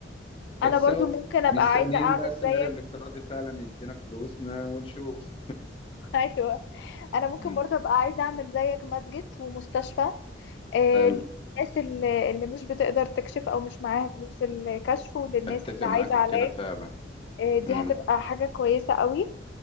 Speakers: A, on the left; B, on the left.
A: بس
B: انا برضو
A: أهو
B: ممكن ابقى
A: مستنيين
B: عايزة اعمل
A: بقى السيناريو
B: زيك
A: الافتراضي فعلا يدينا فلوس ما ونشوف
B: <laughs> ايوه انا ممكن
A: مم.
B: برضو ابقى عايزة اعمل زيك مسجد ومستشفى آه،
A: حلو
B: للناس اللي اللي مش بتقدر تكشف او مش معاها فلوس الكشف وللناس
A: أتفق
B: اللي
A: معاك
B: عايزة علاج
A: في كده فعلا
B: آه، دي
A: مم.
B: هتبقى حاجة كويسة قوي